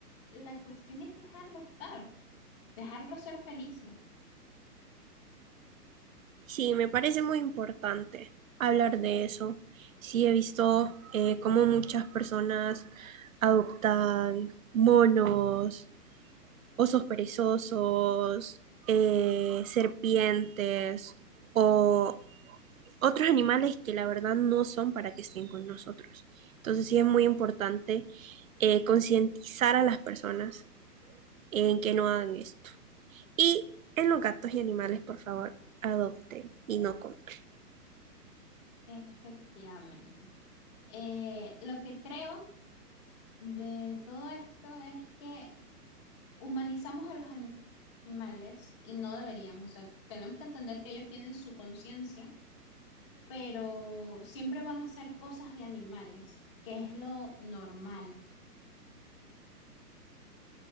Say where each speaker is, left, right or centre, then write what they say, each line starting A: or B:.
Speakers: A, on the left; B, on the right.
A: la cuestión es dejarlo estar, dejarlos ser felices.
B: Sí, me parece muy importante hablar de eso. Sí, he visto eh, cómo muchas personas adoptan monos, osos perezosos, eh, serpientes o otros animales que la verdad no son para que estén con nosotros. Entonces sí es muy importante eh, concientizar a las personas en que no hagan esto. Y en los gatos y animales, por favor, adopten y no compren.
A: Efectivamente. Eh, lo que creo de todo esto es que humanizamos a los ani- animales y no deberíamos, o sea, tenemos que entender que ellos tienen su conciencia pero siempre van a ser cosas de animales, que es lo normal.